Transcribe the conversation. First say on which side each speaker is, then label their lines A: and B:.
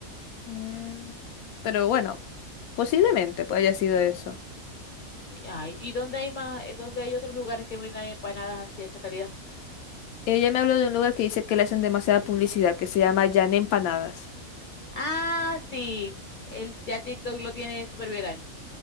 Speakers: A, on the left; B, on the left.
A: mm, pero bueno,
B: Sí.
A: posiblemente pues haya sido eso.
B: Ay, ¿y dónde hay más, eh, dónde hay otros lugares que vendan empanadas así de esa calidad?
A: Ella me habló de un lugar que dice que le hacen demasiada publicidad, que se llama Jan Empanadas.
B: Ah, sí, el ya TikTok lo tiene súper viral.